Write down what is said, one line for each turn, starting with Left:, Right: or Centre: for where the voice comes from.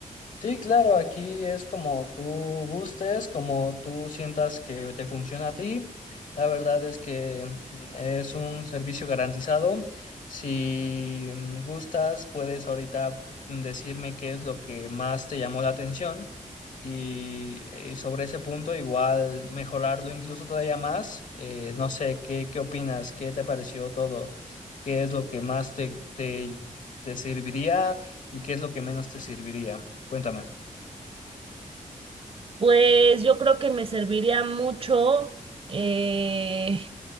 Left: Sí, claro, aquí es como tú gustes, como tú sientas que te funciona a ti. La verdad es que mm, es un servicio garantizado. Si mm, gustas, puedes ahorita mm, decirme qué es lo que más te llamó la atención y, y sobre ese punto igual mejorarlo incluso todavía más. Eh, no sé, ¿qué, qué opinas? ¿Qué te pareció todo? ¿Qué es lo que más te, te te serviría y qué es lo que menos te serviría? Cuéntame.
Right: Pues yo creo que me serviría mucho eh,